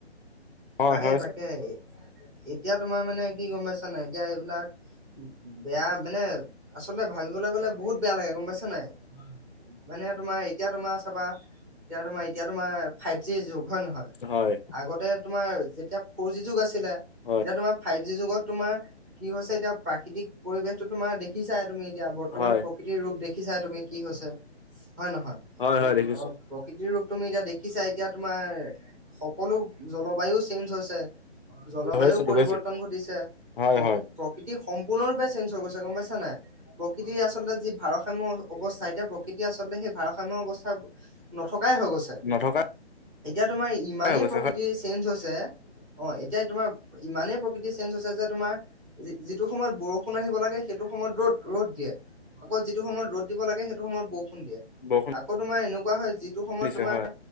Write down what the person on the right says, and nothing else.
তাকে
তাকে এতিয়া তোমাৰ মানে কি গম পাইছা নাই এতিয়া এইবিলাক বেয়া। মানে। আচলতে ভাবিবলৈ গ'লে বহুত বেয়া লাগে গম পাইছা নাই। মানে তোমাৰ এতিয়া তোমাৰ চাবা, এতিয়া তোমাৰ, এতিয়া তোমাৰ ফাইভ জি যুগ হয়-নহয়
আগতে তোমাৰ যেতিয়া ফৰ জি যুগ আছিলে,
এতিয়া তোমাৰ ফাইভ জি যুগত তোমাৰ কি হৈছে এতিয়া প্ৰাকৃতিক পৰিৱেশ তোমাৰ দেখিছাই তুমি এতিয়া বৰ্তমান
প্ৰকৃতিৰ ৰূপ দেখি দেখিছা তুমি। কি হৈছে হয়, নহয়
অ' প্ৰকৃতিৰ তুমি যে দে দেখিছা এতিয়া তোমাৰ সকলো জলবায়ু চেঞ্জ হৈছে। জলবায়ু
পৰিৱৰ্তন
ঘটিছে
প্ৰ-প্ৰকৃতি
সম্পূৰ্ণৰূপে চেঞ্জ হৈ গৈছে। গম পাইছা নাই প্ৰকৃতিৰ আচলতে যি ভাৰসাম্য অৱস্থা এতিয়া প্ৰকৃতি আচলতে সেই ভাৰসাম্য অৱস্থা নথকাই হৈ গৈছে,
এতিয়া তোমাৰ ইমানেই
প্ৰকৃতি
চেঞ্জ হৈছে অ' এতিয়া তোমাৰ ইমানেই প্ৰকৃতি চেঞ্জ হৈছে যে তোমাৰ যিটো সময়ত বৰষুণ আহিব লাগে সেইটো সময়ত ৰ'দ-ৰ'দ দিয়ে আকৌ, যিটো সময়ত ৰ'দ দিব লাগে সেইটো সময়ত বৰষুণ দিয়ে
আকৌ তোমাৰ এনেকুৱা হয়, যিটো সময়ত
তোমাৰ